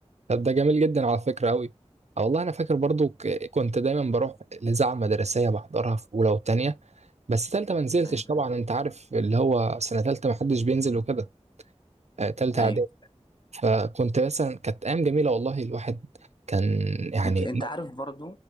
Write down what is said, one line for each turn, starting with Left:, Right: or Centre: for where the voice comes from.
Right: طب ده جميل جدا على فكرة أوي أه والله أنا فاكر برضو ك- كنت دايما بروح الإذاعة المدرسية بحضرها في أولى وتانية بس تالتة ما نزلتش
Left: ايوه
Right: طبعا أنت عارف اللي هو سنة تالتة ما حدش بينزل وكده آه، تالتة
Left: ايوه
Right: إعدادي فكنت مثلا كانت أيام جميلة والله الواحد كان يعني
Left: انت انت عارف برضو